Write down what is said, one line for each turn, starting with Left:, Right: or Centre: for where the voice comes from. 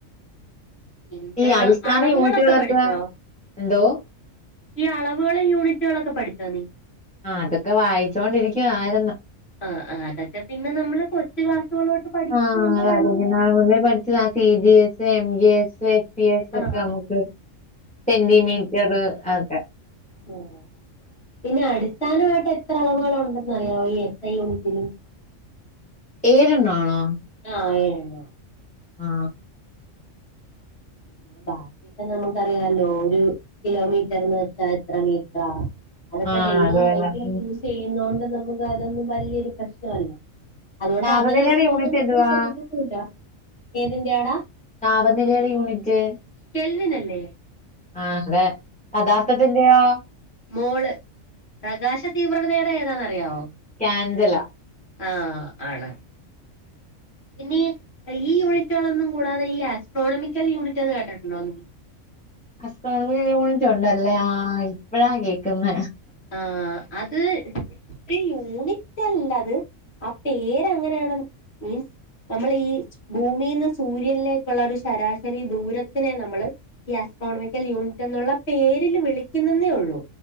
Left: പിന്നെ
Centre: ഈ അടിസ്ഥാന
Left: അളവുകളൊക്കെ
Centre: യൂണിറ്റുകളൊക്കെ
Left: പഠിച്ചോ
Centre: എന്തോ
Left: ഈ അളവുകളും യൂണിറ്റുകളൊക്കെ പഠിച്ചോ നീ
Centre: ആ അതൊക്കെ വായിച്ചോണ്ടിരിക്കുവായിരുന്നു
Left: ആ ആ അതൊക്കെ പിന്നെ നമ്മള് കൊച്ച് ക്ലാസ്സുകളോട്ട് പഠിച്ചോണ്ട്
Centre: ആഹ് അതാ
Left: വല്യാ
Centre: <unintelligible> പഠിച്ചതാ C B S A M G S A P S
Left: ആഹ്
Centre: ഒക്കെ നമുക്ക് സെന്റിമീറ്റർ ആക്കെ
Left: ഉം പിന്നെ അടിസ്ഥാനമായിട്ട് എത്ര അളവുകലുണ്ടെന്നറിയാമോ ഈ എസ് ഐ യൂണിറ്റില്
Centre: ഏഴ് എണ്ണം ആണോ
Left: ആ ഏഴെണ്ണം ആണ്
Centre: ആ
Left: പിന്നെ ബാക്കിയൊക്കെ നമുക്കറിയല്ലോ ഒരു കിലോമീറ്റർന്ന് വെച്ചാ എത്ര മീറ്റർ ആ അതൊക്കെ
Centre: ആഹ്
Left: ഡെയിലി
Centre: അതുപോലെ
Left: ലൈഫിൽ
Centre: ഉം
Left: യൂസ് ചെയ്യുന്നകൊണ്ട് നമുക്ക് അതൊന്നും വലിയൊരു പ്രശ്നമല്ല അതുകൊണ്ട്
Centre: താപനിലയുടെ
Left: അങ്ങനെ ഒള്ള ചോദ്യങ്ങളൊന്നും
Centre: യൂണിറ്റ് എന്തുവാ
Left: ചോദിക്കത്തുല്ലാ ഏതിന്റെ ആടാ
Centre: താപനിലയുടെ യൂണിറ്റ്
Left: കേൽവിനല്ലേ
Centre: ആഹ് അതെ പദാർത്ഥത്തിന്റെയോ
Left: മോള് പ്രകാശ തീവ്രണതയുടെ ഏതാന്നറിയാവോ
Centre: കാൻഡല
Left: ആ ആണ് ഇനി ഈ യൂണിറ്റുകളൊന്നും കൂടാതെ ഈ ആസ്ട്രോണമിക്കൽ യൂണിറ്റ് എന്ന് കേട്ടിട്ടുണ്ടോ നീ
Centre: അസ്ട്രോണമിക്കൽ യൂണിറ്റ് ഒണ്ടല്ലേ ആ ഇപ്പഴാ കേക്കുന്ന
Left: ആഹ് അത് ഒരു യൂണിറ്റ്ല്ലത് ആ പേരങ്ങനെയാണ് മീൻസ് നമ്മൾ ഈ ഭൂമിന്ന് സൂര്യനിലേക്കുള്ള ഒരു ശരാശരി ദൂരത്തിനെ നമ്മള് ഈ ആസ്ട്രോണമിക്കൽ യൂണിറ്റ് എന്നുള്ള പേരിൽ വിളിക്കുന്നന്നേ ഒള്ളൂ